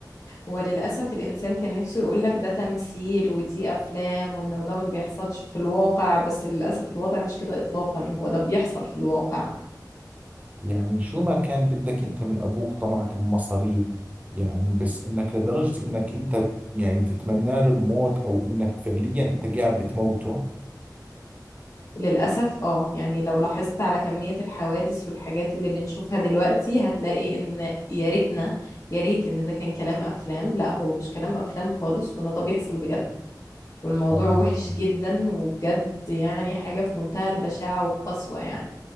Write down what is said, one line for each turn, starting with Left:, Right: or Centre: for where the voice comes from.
Left: هو للأسف الإنسان كان نفسه يقولك ده تمثيل ودي أفلام وإن ده ما بيحصلش في الواقع بس للأسف الوضع مش كده إطلاقا هو ده بيحصل في الواقع
Right: يعني شو ما كان بدك انت من ابوك طمعك بمصاري يعني بس انك لدرجة انك انت يعني تتمنى له الموت او انك فعليا انت قاعد بتموته
Left: للأسف اه يعني لو لاحظت على كمية الحوادث والحاجات اللي بنشوفها دلوقتي هتلاقي إن يا ريتنا يا ريت إن ده كان كلام أفلام لا هو مش كلام أفلام خالص وإن ده بيحصل بجد والموضوع
Right: آه.
Left: وحش جدا وبجد يعني حاجة في منتهى البشاعة والقسوة يعني